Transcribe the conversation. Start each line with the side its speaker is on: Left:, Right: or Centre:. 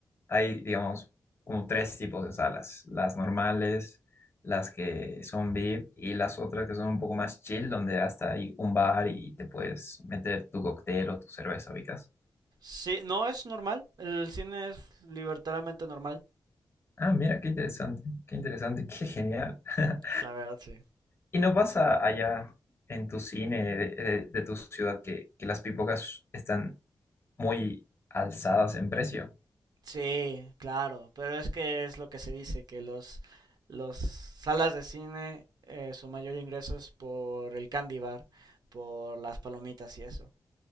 Left: hay, digamos, como tres tipos de salas? Las normales, las que son VIP y las otras que son un poco más chill, donde hasta hay un bar y te puedes meter tu cóctel o tu cerveza, ubicas.
Right: Sí, no es normal. El cine es libertariamente normal.
Left: Ah, mira, qué interesante, qué interesante, qué genial. <laughs>
Right: La verdad, sí.
Left: ¿Y no pasa allá en tu cine de, de- de tu ciudad que, que las pipocas están muy alzadas en precio?
Right: Sí, claro. Pero es que es lo que se dice, que los, los salas de cine, eh, su mayor ingreso es por el candy bar, por las palomitas y eso.